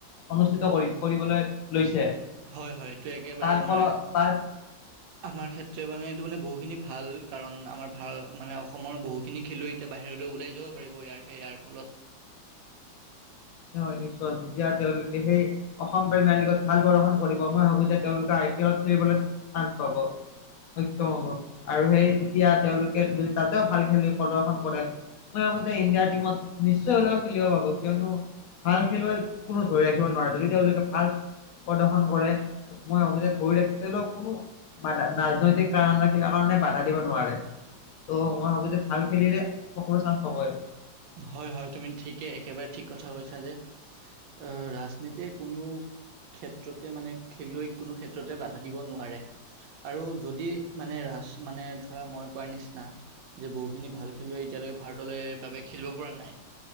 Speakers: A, on the left; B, on the right.
A: অনুষ্ঠিত কৰি কৰিবলৈ লৈছে
B: হয় হয় এইটো একেবাৰে
A: তাৰ
B: আমাৰ।
A: ফলত তাৰ
B: আমাৰ ক্ষেত্ৰে মানে এইটো মানে বহুখিনি ভাল কাৰণ আমাৰ ভাল মানে অসমৰ বহুখিনি খেলুৱৈ এতিয়া বাহিৰলৈ ওলাই যাব পাৰিব ইয়াৰ সে ইয়াৰ ফলত।
A: <inaudible> হয়, নিশ্চয় যেতিয়া তেওঁলোকে সেই অসম প্ৰিমিয়ামলীগত ভাল প্ৰদৰ্শন কৰিব মই ভাবো যে তেওঁলোকে আই- - পি এলত খেলিবলৈ চান্চ পাব। সক্ষম হ'ব আৰু সেই তেতিয়া তেওঁলোকে যদি তাতেও ভাল খেল প্ৰদৰ্শন কৰে মই ভাৱো যে ইণ্ডিয়া টীমত নিশ্চয় হলেও খেলিব পাব। কিয়নো- ভাল খেলুৱৈক কোনো ধৰি ৰাখিব নোৱাৰে যদি তেওঁলোকে ভাল প্ৰদৰ্শন কৰে মই ভাৱো যে ধৰি ৰাখি তেওলোকক কোনো ৰাজনৈতিক কাৰণ বা কিবা কাৰণ মানে বাধা দিব নোৱাৰে ত' মই ভাবো যে ভাল খেলিলে সকলো চান্স পাবই।
B: হয় হয় তুমি ঠিকে একেবাৰে ঠিক কথা কৈছা যে- আহ ৰাজনীতিয়ে কোনো ক্ষেত্ৰতে মানে খেলুৱৈ কোনো ক্ষেত্ৰতে বাধা দিব নোৱাৰে আৰু যদি মানে ৰা মানে ধৰা মই কোৱাৰ নিচিনা যে বহু খিনি ভাল খেলুৱৈ এতিয়ালৈকে ভাৰতলে বাবে খেলিব পৰা নাই